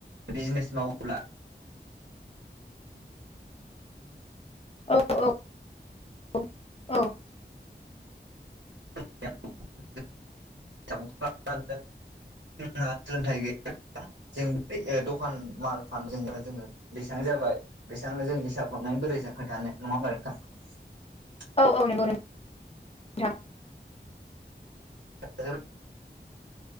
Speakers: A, on the right; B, on the left.
A: बिजनेस मावो <inaudible>
B: औ औ औ औ
A: द <inaudible> <inaudible> सोलोंथ गै जों है दखान माल फानजोंनो जोङो बेसेबां जाबाय बेसेबांनो जों हिसाब खालामनानै बोरै जों खोन्थानो? <unintelligible>
B: औ औ नंगौ नोंथां
A: <inaudible> द